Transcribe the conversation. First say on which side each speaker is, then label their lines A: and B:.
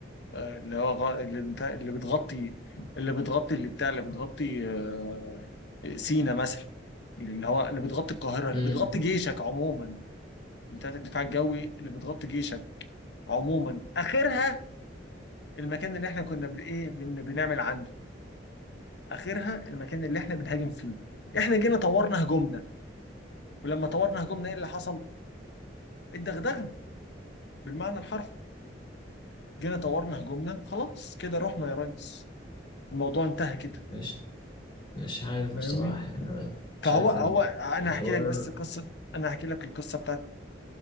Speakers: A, on the left; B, on the left.
A: آه، اللي هو غ... اللي, بتاع... اللي بتغطي اللي بتغطي اللي بتاع اللي بتغطي آه، سينا مثلا اللي هو اللي بتغطي القاهره
B: مم.
A: اللي بتغطي جيشك عموما بتاعت الدفاع الجوي اللي بتغطي جيشك عموما اخرها المكان اللي احنا كنا بن... ايه بن... بنعمل عنده اخرها المكان اللي احنا بنهاجم فيه احنا جينا طورنا هجومنا ولما طورنا هجومنا ايه اللي حصل؟ اتدغدغنا بالمعنى الحرفي جينا طورنا هجومنا خلاص كده رحنا يا ريس الموضوع انتهى كده
B: مش مش عارف
A: فاهمني
B: بصراحة يعني أنا شايف
A: فهو هو
B: ال-
A: انا
B: الحوار
A: هحكي لك بس قصه انا هحكي لك القصه بتاعت